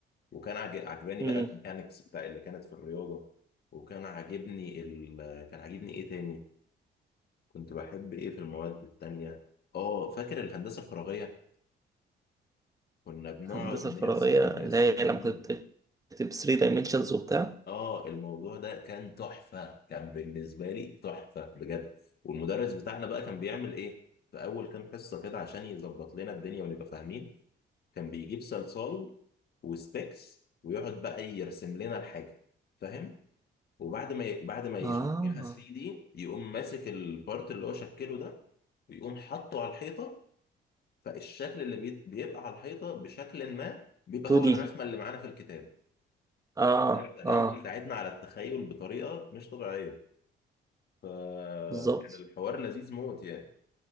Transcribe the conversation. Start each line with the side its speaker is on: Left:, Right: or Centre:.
Left: وكان عاج- عجباني
Right: امم
Left: بقى الميكانيكس بتاع اللي كانت في الرياضه وكان عاجبني ال... كان عاجبني ايه تاني كنت بحب ايه في المواد التانية اه فاكر الهندسه الفراغيه كنا بنقعد
Right: الهندسة
Left: نرسم
Right: الفراغية اللي
Left: 3
Right: هي
Left: دي
Right: لما كنت بتكتب 3 dimensions وبتاع
Left: اه الموضوع ده كان تحفه كان بالنسبه لي تحفه بجد والمدرس بتاعنا بقى كان بيعمل ايه في اول كام حصه كده عشان يظبط لنا الدنيا ونبقى فاهمين كان بيجيب صلصال وستيكس ويقعد بقى يرسم لنا الحاجه فاهم وبعد ما ي... بعد ما يشكلها
Right: اه
Left: 3 دي يقوم ماسك البارت اللي هو شكله ده ويقوم حاطه على الحيطه فالشكل اللي بي... بيبقى على الحيطه بشكل ما بيبقى
Right: 2D
Left: هو الرسمه اللي معانا في الكتاب
Right: اه
Left: ده كان
Right: اه
Left: بيساعدنا على التخيل بطريقه مش طبيعيه آه،
Right: بالظبط
Left: كان الحوار لذيذ موت يعني